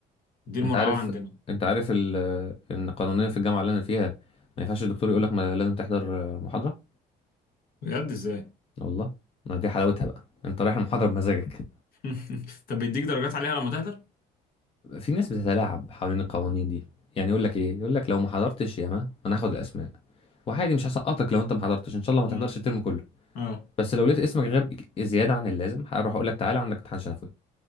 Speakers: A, on the left; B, on the left.
A: دي المراعاه
B: انت عارف
A: عندنا
B: انت عارف ال... ان قانونيا في الجامعه اللي انا فيها ما ينفعش الدكتور يقول لك ما لازم تحضر آه، محاضره
A: بجد ازاي
B: والله ما دي حلاوتها بقى انت رايح المحاضره بمزاجك
A: <laughs> طب بيديك درجات عليها لما تحضر
B: في ناس بتتلاعب حوالين القوانين دي يعني يقول لك ايه يقول لك لو ما حضرتش ياما انا هاخد الاسماء وعادي مش هسقطك لو انت ما حضرتش ان شاء الله ما تحضرش
A: امم
B: الترم كله
A: اه
B: بس لو لقيت اسمك غاب زياده عن اللازم هروح اقول لك تعالى عندك امتحان شفوي